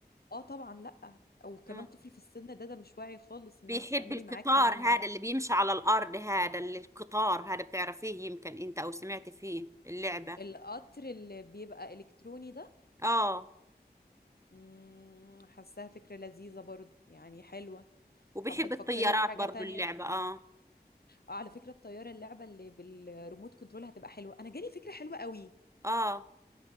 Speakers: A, on the left; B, on the right.
A: اه طبعا لا وكمان
B: مم.
A: طفل في السن ده ده مش واعي خالص انك
B: بيحب
A: تعملي
B: القطار
A: معاه الكلام
B: هذا
A: ده
B: اللي بيمشي على الارض هذا اللي القطار هذا بتعرفيه يمكن انت او سمعت فيه اللعبة
A: القطر اللي بيبقى إلكتروني ده
B: اه
A: مم، حاساها فكرة لذيذة برضو يعني حلوة
B: وبيحب
A: طب بتفكري
B: الطيارات
A: في حاجة
B: برضو
A: تانية
B: اللعبة اه
A: اه على فكرة الطيارة اللعبة اللي بالريموت كنترول هتبقى حلوة أنا جالي فكرة حلوة قوي
B: اه